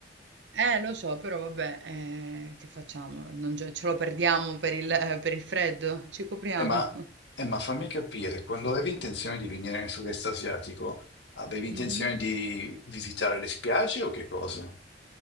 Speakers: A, on the right; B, on the left.
A: Eh, lo so, però vabbè, eh, che facciamo? Non ce, ce lo perdiamo per il, per il freddo, ci copriamo.
B: Eh, ma,
A: <laughs>
B: eh, ma fammi capire, quando avevi intenzione di venire nel sud-est asiatico, avevi intenzione
A: Mhm.
B: di visitare le spiagge o che cosa?